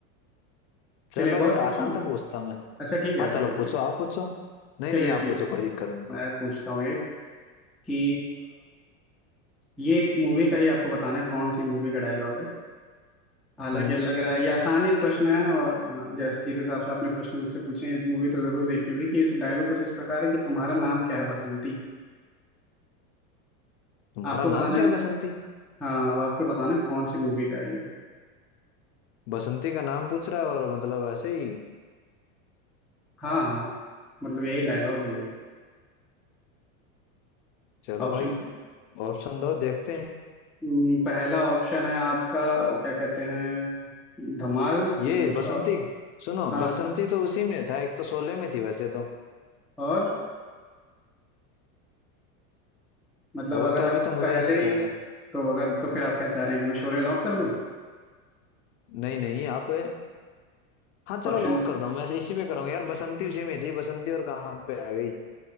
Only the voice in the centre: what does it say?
चलिए एक और
पूछूं
अच्छा ठीक है
आप
ही पूछिए
चलिए
ठीक
है
मैं पूछता हूँ एक कि ये एक मूवी का ही आपको बताना है कौन सी मूवी का डायलॉग है हालांकि
लग रहा है ये आसान ही प्रश्न है और हाँ, जैसे जिस हिसाब से आपने प्रश्न मुझसे पूछे इस मूवी तो जरूर देखी होगी कि इस डायलॉग कुछ इस प्रकार है कि तुम्हारा नाम क्या है बसंती
आपको बताना
है
हाँ अब आपको बताना है कौन सी मूवी का है ये
हाँ हाँ, मतलब यही डायलॉग ही है
ऑप्शन
तो
हम्म, पहला ऑप्शन है आपका क्या कहते हैं धमाल
दूसरा
हाँ
और मतलब
अगर
आप
पहले
ही
तो अगर तो फिर आप क्या चाह रहे हैं कि मैं शोले लॉक कर दूं
ऑप्शन